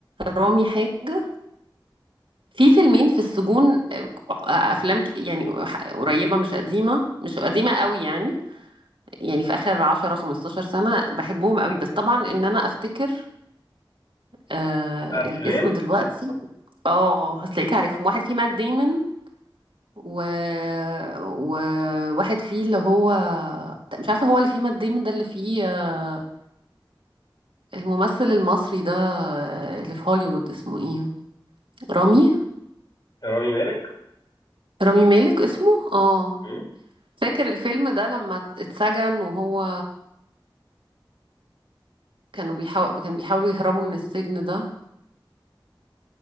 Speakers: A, on the right; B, on the left.
A: رامي حاجة في فيلمين في السجون آه، افلام ك- يعني قريبة مش قديمة مش قديمة قوي يعني يعني في اخر 10 15 سنة بحبهم قوي بس طبعا ان انا افتكر آه
B: افلام
A: الاسم دلوقتي اه هتلاقيك عارفهم واحد فيه مات ديمون و... وواحد فيه اللي هو مش عارفة هو اللي فيه مات ديمون ده اللي فيه آه، الممثل المصري ده آه، اللي في هوليوود اسمه ايه رامي
B: رامي مالك
A: رامي مالك اسمه اه
B: مم.
A: فاكر الفيلم ده لما اتسجن وهو كانوا بيحاول كان بيحاولوا يهربوا من السجن ده